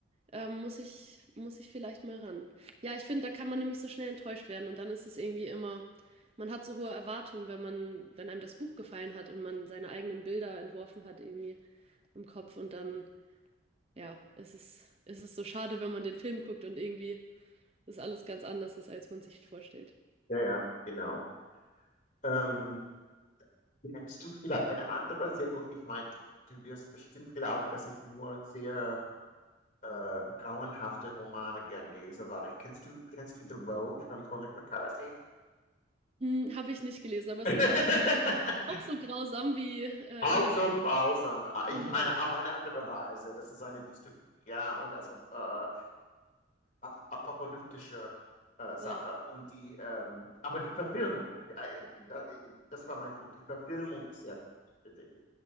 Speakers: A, on the right; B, on the left.
A: ähm, muss ich, muss ich vielleicht mal ran. Ja, ich finde, da kann man nämlich so schnell enttäuscht werden und dann ist es irgendwie immer, man hat so hohe Erwartungen, wenn man, wenn einem das Buch gefallen hat und man seine eigenen Bilder entworfen hat irgendwie. im Kopf und dann, ja, ist es, ist es so schade, wenn man den Film guckt und irgendwie das alles ganz anders ist, als man sich vorstellt.
B: habe. Ja, ja, genau. Ähm, Kennst du vielleicht eine andere? Sehr gut. Ich meine, du wirst bestimmt glauben, dass ich nur sehr äh, grauenhafte Romane gern lese. Warte, kennst du, kennst du The Road von Cormac McCarthy?
A: Hm, habe ich nicht gelesen, aber
B: <laughs>
A: ist das auch, auch so grausam wie äh,
B: Auch
A: A Little
B: so grausam. Ah, Ich
A: äh, Nein.
B: meine, auf eine andere Weise. Das ist eine Dystopie, ja, und also äh, a- a- apokalyptische äh, Sache.
A: Ja.
B: Und die, ähm, aber die Verfilmung, äh, da, das war mein Punkt. Die Verfilmung ist sehr gut, finde ich.